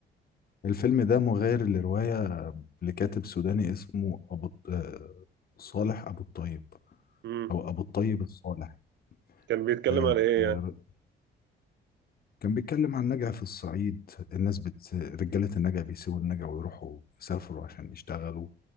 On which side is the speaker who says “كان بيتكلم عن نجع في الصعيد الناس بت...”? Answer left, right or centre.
Left